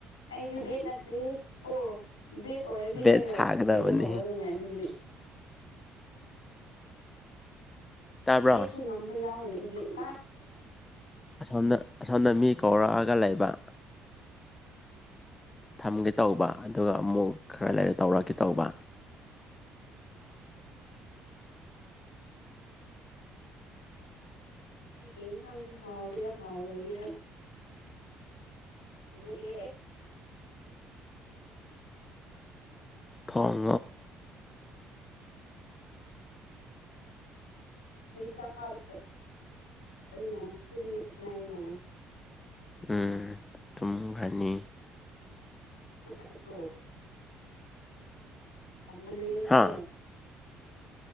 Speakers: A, on the left; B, on the left.
A: ꯑꯩꯗꯤ ꯦꯠꯠꯇꯦ ꯑꯣ ꯕꯦꯠ ꯑꯣꯏꯔꯗꯤ
B: ꯕꯦꯠ
A: ꯑꯩꯅ
B: ꯁꯥꯒꯗꯕꯅꯤ
A: ꯀꯩꯅꯣ ꯇꯧꯔꯅꯤꯅꯦ ꯑꯗꯨꯗꯤ
B: ꯇꯥꯕ꯭ꯔꯣ
A: ꯦ ꯆꯨ ꯉꯝꯝꯕ ꯌꯥ ꯑꯣꯏꯣꯏ ꯑꯗꯨꯗꯤ ꯇꯥꯏ
B: ꯑꯁꯣꯝꯗ ꯑꯁꯣꯝꯗ ꯃꯤ ꯀꯧꯔꯛꯑꯒ ꯂꯩꯕ ꯊꯝꯒꯦ ꯇꯧꯕ ꯑꯗꯨꯒ ꯑꯃꯨꯛ ꯈꯔ ꯂꯩꯔ ꯇꯧꯔꯛꯀꯦ ꯇꯧꯕ
A: ꯑꯩꯒꯤ ꯌꯦꯟꯁꯥꯡꯁꯦ ꯍꯥꯎꯒꯦꯔ ꯍꯥꯎꯔꯣꯏꯒꯦꯔꯥ ꯑꯗꯨ ꯀꯦ
B: ꯀꯝ
A: ꯁꯥꯕꯅꯤꯅ ꯇꯨꯝꯅꯤ ꯈꯛꯇꯅꯥꯏꯔꯤꯅꯦ
B: ꯎꯝ ꯁꯨꯝ ꯐꯅꯤ
A: ꯑ꯭ꯔꯣ ꯇꯃꯜꯍꯦ
B: ꯍꯥ